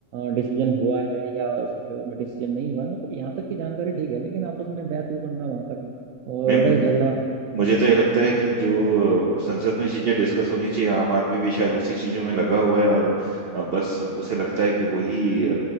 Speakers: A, on the right; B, on the right.
A: डिसीजन हुआ है या उसके फेवर में डिसीजन नहीं हुआ है मतलब यहाँ तक की जानकारी ठीक है लेकिन आपस में बैतू करना वहां पर और
B: नहीं
A: लड़ाई झगड़ा
B: मुझे तो ये लगता है कि जो संसद में चीजें डिस्कस होनी चाहिए आम आदमी भी शायद उसी चीजों में लगा हुआ है और अ, बस उसे लगता है कि वही अ,